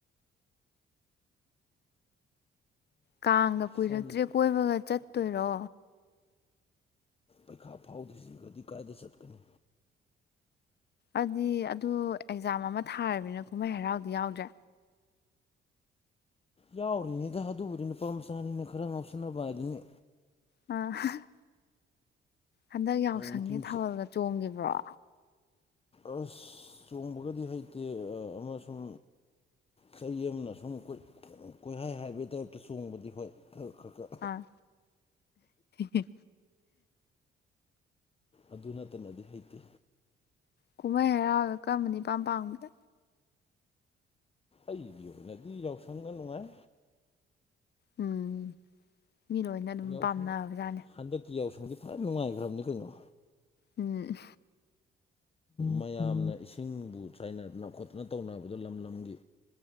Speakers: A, on the left (about 55°); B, on the left (about 30°).
A: ꯀꯥꯡꯒ ꯀꯨꯏꯔꯛꯇ꯭ꯔꯦ
B: ꯁꯣꯝ
A: ꯀꯣꯏꯕꯒ ꯆꯠꯇꯣꯏꯔꯣ
B: ꯄꯩꯈꯥ ꯐꯥꯎꯗ꯭ꯔꯤꯁꯤꯒꯗꯤ ꯀꯗꯥꯥꯏꯗ ꯆꯠꯀꯅꯤ
A: ꯑꯗꯨꯗꯤ ꯑꯗꯨ ꯑꯦꯛꯖꯥꯝ ꯑꯃ ꯊꯥꯔꯕꯅꯤꯅ ꯀꯨꯝꯍꯩ ꯍꯔꯥꯎꯗꯤ ꯌꯥꯎꯗ꯭ꯔꯦ
B: ꯌꯥꯎꯔꯤꯉꯗ ꯑꯗꯨꯕꯨꯗꯤ ꯅꯨꯄꯥ ꯃꯆꯥꯅꯤꯅ ꯈꯔ ꯉꯥꯎꯁꯟꯅꯕ ꯍꯥꯏꯗꯨꯅꯤ
A: ꯑ ꯍꯟꯗꯛ ꯌꯥꯎꯁꯪꯒꯤ
B: ꯅꯨꯄꯤ ꯃꯆꯥ
A: ꯊꯥꯕꯜꯒ ꯆꯣꯡꯈꯤꯕ꯭ꯔꯣ
B: ꯑꯁ ꯆꯣꯡꯕꯒꯗꯤ ꯍꯩꯇꯦ ꯑꯃ ꯁꯨꯝ ꯆꯩ ꯑꯃꯅ ꯁꯨꯝ ꯀꯣꯏꯍꯥꯏ ꯍꯥꯏꯕꯩ ꯇꯥꯏꯞꯇ ꯆꯣꯡꯕꯗꯤ ꯍꯣꯏ ꯈꯔ ꯈꯔ ꯈꯔ
A: ꯑꯥ ꯍꯦꯍꯦ
B: ꯑꯗꯨ ꯅꯠꯇꯅꯗꯤ ꯍꯩꯇꯦ
A: ꯀꯨꯝꯍꯩ ꯍꯔꯥꯎꯗ ꯀꯔꯝꯕꯅ ꯏꯄꯥꯝ ꯄꯥꯝꯒꯦ
B: ꯑꯩꯒꯤ ꯑꯣꯏꯅꯗꯤ ꯌꯥꯎꯁꯪꯅ ꯅꯨꯡꯉꯥꯏ
A: ꯎꯝ ꯃꯤ ꯂꯣꯏꯅ ꯑꯗꯨꯝ
B: ꯌꯥꯎꯁꯪ
A: ꯄꯥꯝꯅꯕꯖꯥꯠꯅꯦ
B: ꯍꯟꯗꯛꯀꯤ ꯌꯥꯎꯁꯪꯗꯤ ꯐꯟ ꯅꯨꯡꯉꯥꯏꯈ꯭ꯔꯕꯅꯤ ꯀꯩꯅꯣ
A: ꯎꯝ
B: ꯃꯌꯥꯝꯅ ꯏꯁꯤꯡꯕꯨ ꯆꯥꯏꯅꯗꯅ ꯈꯣꯠꯇꯅ ꯇꯧꯅꯕꯗꯣ ꯂꯝ ꯂꯝꯒꯤ